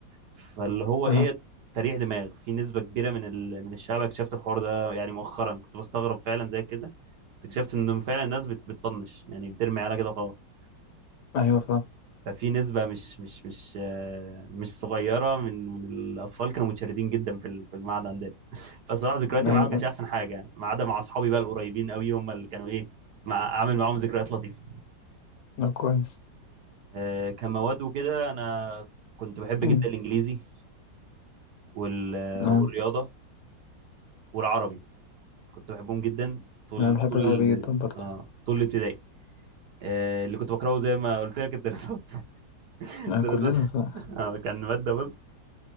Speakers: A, on the right; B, on the left.
A: فاللي هو
B: أه
A: ايه تريح دماغ في نسبه كبيره من ال... من الشعب اكتشفت الحوار ده يعني مؤخرا كنت بستغرب فعلا زي كده بس اكتشفت انه فعلا الناس بت... بتطنش يعني بترمي على كده وخلاص
B: أيوة فاهم
A: ففي نسبة مش مش مش آه، مش صغيرة من من الأطفال كانوا متشردين جدا في ال- في المعهد عندنا <laughs> فصراحة ذكرياتي
B: أيوة
A: معاهم ما كانتش أحسن حاجة يعني، ما عدا مع أصحابي بقى القريبين قوي هم اللي كانوا إيه مع عامل معاهم ذكريات لطيفة
B: آه، كويس
A: آه، كمواد وكده أنا كنت بحب
B: <clears throat>
A: جدا الإنجليزي وال- آه،
B: أه
A: والرياضة والعربي كنت بحبهم جدا طول
B: أنا بحب
A: طول
B: العربي جدا برضه
A: آه طول الابتدائي آه، اللي كنت بكرهه زي ما قلت لك الدراسات <laughs>
B: آه،
A: دراسات
B: كلنا صح
A: آه، كان مادة بص